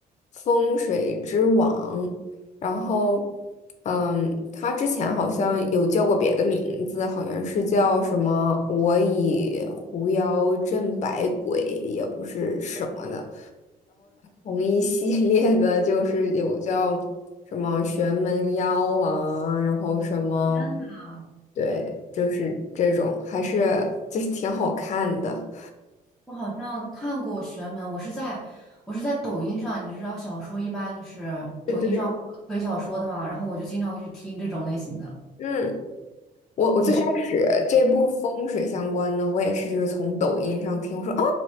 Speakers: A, on the left (about 50°); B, in the centre.
A: 《风水之王》，然后，嗯，他之前好像有叫过别的名字，好像是叫什么“我以狐妖镇百鬼”，也不是什么的，同一系列的，就是有叫什么玄门妖啊，然后什么，
B: 天呐！
A: 对，就是这种，还是就是挺好看的。
B: 我好像看过玄门，我是在我是在抖音上，你知道小说一般就是抖音上会有推小说的嘛，
A: 对对，
B: 然后我就经常会去听这种类型的。
A: 嗯。我我最开始这部风水相关的，
B: 你是
A: 我也是就是从抖音上听，我说哦